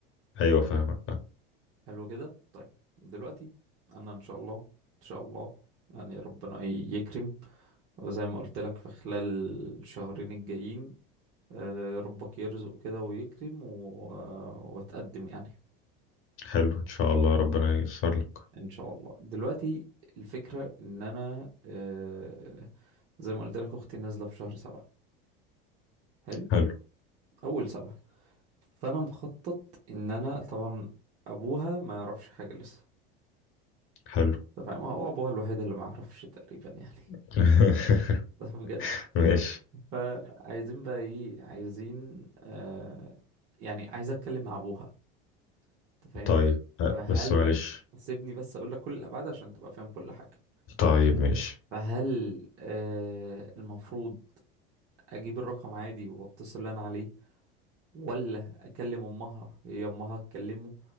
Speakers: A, on the left; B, on the right.
A: ايوه فاهمك فاهم.
B: حلو كده طيب دلوقتي انا ان شاء الله ان شاء الله يعني ربنا يكرم وزي ما قلت لك في خلال الشهرين الجايين آه، ربك يرزق كده ويكرم و... آه، واتقدم يعني
A: حلو ان شاء الله ربنا ييسر لك
B: ان شاء الله دلوقتي الفكرة ان انا آه، زي ما قلت لك اختي نازلة في شهر سبعة حلو
A: حلو
B: اول سبعة فانا مخطط ان انا طبعا ابوها ما يعرفش حاجة لسه
A: حلو
B: انت فاهم هو ابوها الوحيد اللي ما يعرفش تقريبا يعني <laughs>
A: <laughs>
B: ده بجد
A: ماشي
B: فعايزين بقى ايه عايزين آه يعني عايز اتكلم مع ابوها انت فاهم
A: طيب أه
B: فهل
A: بس معلش
B: سيبني بس اقول لك كل الابعاد عشان تبقى فاهم كل حاجة
A: طيب ماشي
B: فهل آه المفروض اجيب الرقم عادي واتصل اللي انا عليه ولا اكلم امها هي امها تكلمه